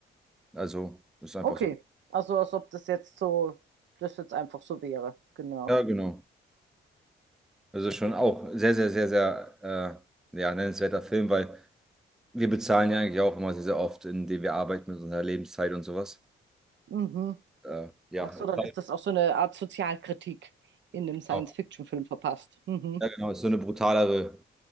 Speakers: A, in the centre; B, on the right.
A: Also ist einfach
B: Okay,
A: so.
B: also als ob das jetzt so, das jetzt einfach so wäre, genau.
A: Ja, genau. Das ist schon auch sehr, sehr, sehr, sehr äh, ja, nennenswerter Film, weil wir bezahlen ja eigentlich auch immer sehr, sehr oft, indem wir arbeiten mit unserer Lebenszeit und sowas.
B: Mhm.
A: Äh, ja,
B: Ach so,
A: ist
B: dann
A: halt-
B: ist das auch so eine Art Sozialkritik in dem Science-Fiction-Film
A: ja,
B: verpasst. Mhm.
A: genau. Ist so eine brutalere